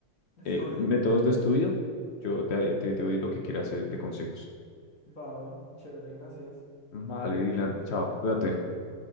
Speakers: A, on the left; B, on the left.
A: Estudio.
B: eh, métodos de estudio. Yo te, te, te doy lo que quieras eh, de consejos.
A: Va, va. Chévere, gracias.
B: Vale, Dylan, chao, cuídate.
A: Cuídate.